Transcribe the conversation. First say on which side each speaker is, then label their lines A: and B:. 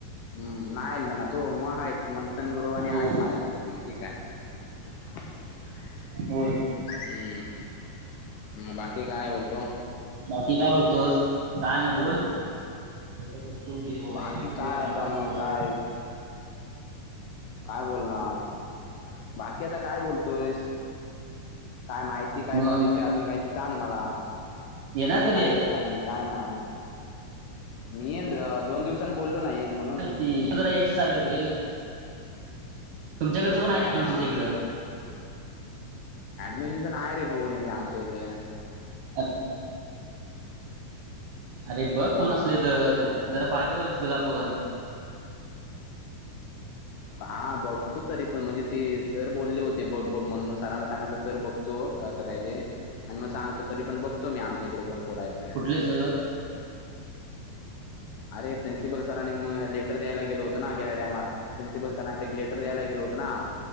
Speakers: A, on the left; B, on the right.
A: हम् नाही आलना तो मग आहे. मंथन गुरुवारी आणि
B: हो
A: आहेत माझ्यासोबत मग ठीक आहे. <unintelligible>
B: होय.
A: हम्म ह बाकी काय बोलतो?
B: बाकी काय बोलतोस? काय नाही बोल. याच्यातून तू गिले बाबा
A: बाकी काय
B: लय कंटाळवाणा
A: आता मग
B: बोलत.
A: काय काय बोलणार. बाकी आता काय बोलतोयस. काय माहित ती काय
B: मग
A: कॉलेजची अजून काय ती सांग मला,
B: येणार
A: आज
B: कधी
A: काय
B: आहेस
A: घेतला नाही. काय नाही. मी येन दोन दिवसांनी बोललो नाही येईन म्हणून.
B: ते जरा याची चालू आहेत रे. तुमच्याकडचं
A: होय
B: कोण
A: काय
B: आहे की नाही
A: हा
B: मिशीनच्या
A: हा
B: इकडं?
A: ऍडमिशन तर नाही रे कोण इकडं आमच्या इकडं.
B: अ <unintelligible> अरे
A: हा
B: बघ कोण असले तर,
A: असा सीन झालाय
B: जरा फायदा होईल तुला पण.
A: हा बघतो तरी पण म्हणजे, ते सर बोलले होते. बघ बघ म्हणून सरांना सांगितलं. सर बघतो कसं काय ते आणि मग सांगतो. तरी पण बघतो मी. आमच्याइकडं कोण पोर आहेत का.
B: कुठले सर?
A: अरे प्रिन्सिपल सर ना मग लेटर द्यायला गेलो होतो. ना गेल्या टायमाला प्रिन्सिपल सरांकडे लेटर द्यायला गेलो होतो ना.